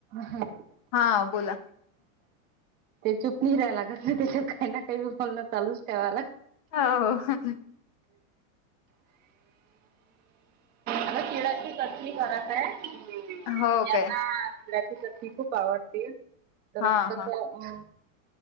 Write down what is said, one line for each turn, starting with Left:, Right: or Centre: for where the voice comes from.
Right: ह
Left: हा बोला
Right: ते चुकून झालं त्याच्या काय का बोलणं चालूच कावाला
Left: हो
Right: आता चिड्याची कचणी करत आहे
Left: हो
Right: यांना
Left: काय
Right: फलाची ती खूप आवडते तर
Left: हा
Right: मग
Left: हा
Right: तं अ